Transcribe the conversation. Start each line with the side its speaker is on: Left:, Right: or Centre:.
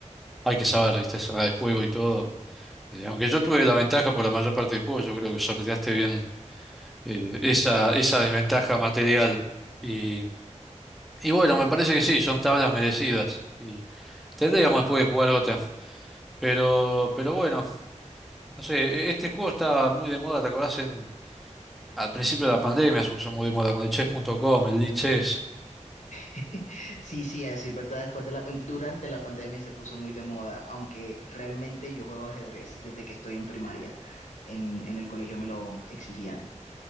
Centre: Hay que saber, viste, cerrar el juego y todo. Eh, aunque yo tuve la ventaja por la mayor parte del juego, yo creo que sorteaste bien. eh, esa, esa desventaja material. Y, y bueno, me parece que sí, son tablas merecidas. Y tendríamos después de jugar otra. Pero, pero bueno, no sé, e- este juego estaba muy de moda, ¿te acordás? En, al principio de la pandemia se puso muy de moda con el chess.com, el lichess.
Left: <laughs> Sí, sí, así es verdad. Después de la, em, durante la pandemia se puso muy de moda, aunque realmente yo juego ajedrez desde que estoy en primaria. En, en el colegio me lo exigían.